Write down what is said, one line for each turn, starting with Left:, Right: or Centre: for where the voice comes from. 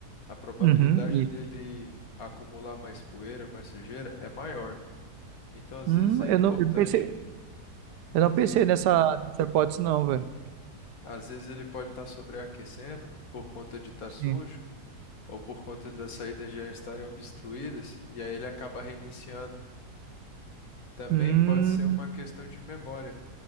Left: a probabilidade
Right: uhum, isso.
Left: dele acumular mais poeira, mais sujeira é maior. Então, às
Right: Hum,
Left: vezes é
Right: eu
Left: importante,
Right: não, eu não pensei, eu
Left: às
Right: não pensei
Left: vezes,
Right: nessa, nessa hipótese, não, velho.
Left: às vezes ele pode estar sobreaquecendo por conta de estar sujo
Right: Sim.
Left: ou por conta das saídas já estarem obstruídas e aí ele acaba reiniciando. Também
Right: Hum,
Left: pode ser uma questão de memória.